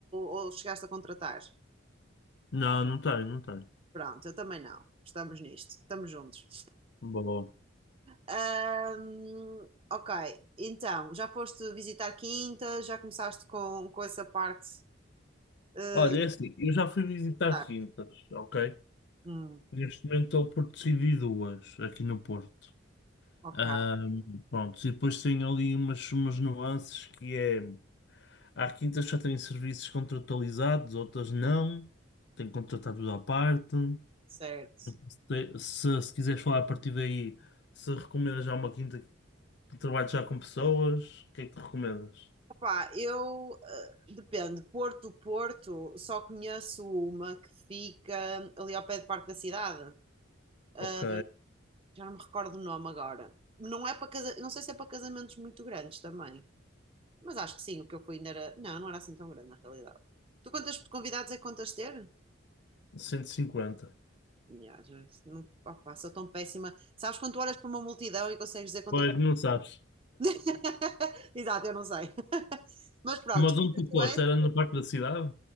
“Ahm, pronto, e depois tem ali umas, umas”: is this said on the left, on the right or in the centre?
Left